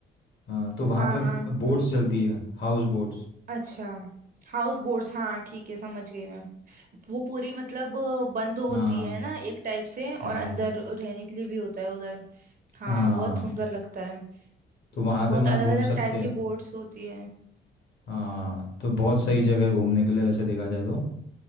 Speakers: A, on the left; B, on the right.
A: हाँ तो वहाँ
B: हाँ
A: पे
B: हाँ
A: बोट्स चलती है हाउस बोट्स
B: अच्छा हाउस बोट्स हाँ ठीक है समझ गई मैं वो पूरी मतलब अ, बंद होती
A: हाँ
B: है ना एक टाइप से और
A: हाँ
B: अंदर रहने के लिए भी होता है उधर हाँ
A: हाँ
B: बहुत सुंदर लगता है
A: तो वहाँ
B: बहुत
A: पे
B: अलग
A: मस्त घूम
B: अलग
A: सकते
B: टाइप की
A: हैं
B: बोर्ड्स होती है
A: हाँ तो बहुत सही जगह है घूमने के लिए वैसे देखा जाए तो